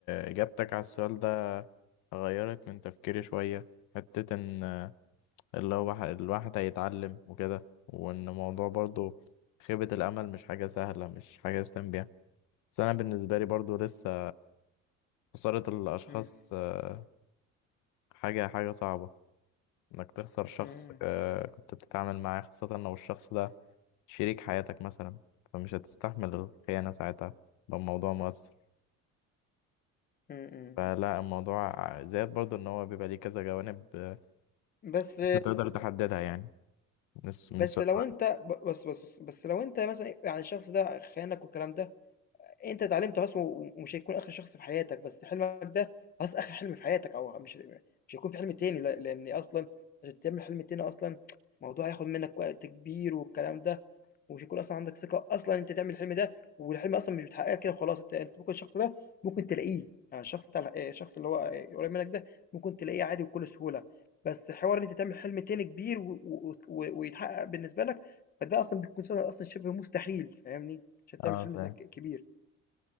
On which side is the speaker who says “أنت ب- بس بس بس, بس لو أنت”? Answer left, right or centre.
Left